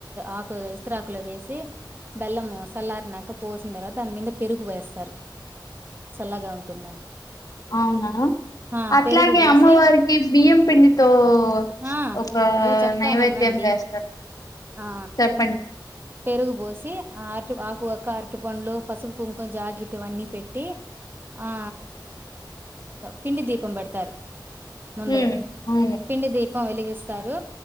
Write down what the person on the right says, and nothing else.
ఆకు ఇస్త్రాకులో వేసి బెల్లం సల్లారినక పోసిన తర్వాత దాని మీద పెరుగు వేస్తారు చల్లగా ఉంటుందని
ఆ
పెరుగు పోసి
ఆ
అదే చెప్తాననండి
ఆ
పెరుగు పోసి ఆ అరటి ఆకువక్క అరటి పండ్లు పసుపు కుంకుం జాకిట్ ఇవన్నీ పెట్టి ఆ పిండి దీపం పెడతారు ముందరే
పిండి దీపం వెలిగిస్తారు